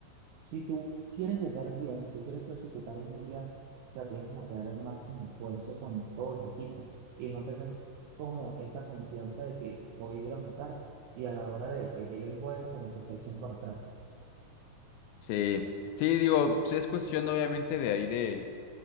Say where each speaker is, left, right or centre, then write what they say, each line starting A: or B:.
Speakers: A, on the right (about 75°); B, on the left (about 85°).
A: si tú quieres jugar un mundial, si tú quieres clasificar un mundial, o sea, tienes como que dar el máximo esfuerzo con todos los equipos y no tener como esa confianza de que voy a ir a matar y a la hora de que llegue el juego, como que se echan para atrás.
B: Sí, sí, digo, sí es cuestión obviamente de ahí de,